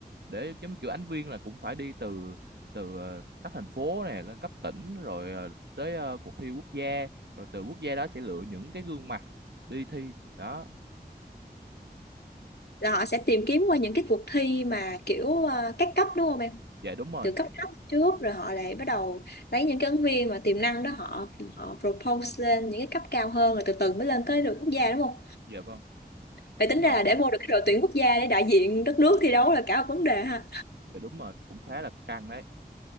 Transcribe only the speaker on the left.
Là họ sẽ tìm kiếm qua những cái cuộc thi mà kiểu ờ, các cấp đúng không em?
Từ cấp thấp trước rồi họ lại bắt đầu lấy những cái ứng viên mà tiềm năng đó họ họ propose lên những cái cấp cao hơn rồi từ từ mới lên tới đội quốc gia đúng không?
Vậy
tính ra
là để vô được cái đội tuyển quốc gia để đại diện đất nước thi đấu là cả một vấn đề ha